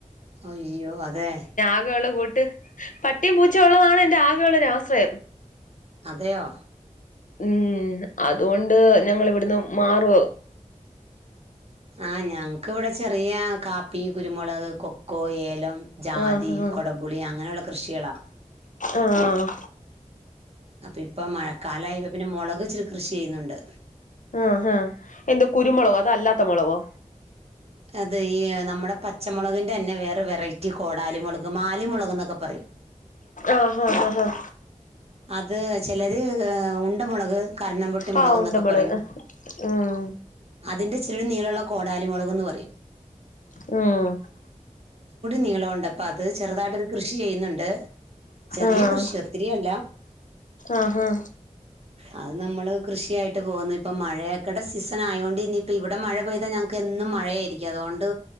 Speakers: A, on the right; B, on the left.
A: അയ്യോ അതെ
B: ആകേള്ളകൂട്ട് പട്ടീം പൂച്ച ഉള്ളതാണ് എൻറ ആകെള്ള ഒരാശ്രയം
A: അതെയോ
B: ഊം അതുകൊണ്ട് ഞങ്ങലീവ്ട് മാറ്വാ
A: ആഹ് ഞങ്ങക്ക് ഇവിടെ ചെറിയ കാപ്പി, കുരുമുളക്, കൊക്കോ, ഏലം ജാതി,
B: ആഹ് ആഹ്
A: കൊടംപുളി അങ്ങനെയുള്ള കൃഷികളാ.
B: ആഹ്
A: അപ്പൊ ഇപ്പം മഴക്കാലായി പിന്നെ ഇപ്പൊ മൊളക് ഇച്ചിരി കൃഷി ചെയ്യുന്നുണ്ട്
B: ആഹ് ഹാ എന്ത്‌ കുരുമുളകോ അതൊ അല്ലാത്ത മൊളകോ
A: അതെ ഈ നമ്മുടെ പച്ചമുളകിന്റെ തന്നെ വേറെ വെറൈറ്റി കോടാലിമൊളക് മാലി മൊളക്ക്‌ന്നൊക്കെ പറയും
B: ആഹ് ആഹ് ആഹ് ആഹ്
A: അത് ചെലര് ഉണ്ടമൊളക്, കരണം പൊട്ടി മൊളക്ന്നൊക്കെ
B: ആഹ് ഉണ്ടമുളക്
A: പറയും
B: ഉം
A: അതിന്റെ ഇച്ചിരി നീളം ഉള്ള മൊളക് ടാലിമൊളക്ന്നും പറയും
B: ഹും
A: നീലോണ്ട് അത് ചെറുതായിട്ടൊരു കൃഷി ചെയ്യുന്നുണ്ട് ചെറിയ
B: ആഹ്
A: കൃഷി ഒത്തിരി യല്ല
B: ആഹ് ആഹ്
A: ആഹ് അത് നമ്മള് കൃഷിയായിട്ട് പോകുന്നു ഇപ്പ മഴയൊക്കടെ സീസൺ ആയൊണ്ട് ഇനിയിപ്പോ ഇവിടെ മഴ പെയ്താ ഞങ്ങക്ക് എന്നും മഴയായിരിക്കും അതോണ്ട്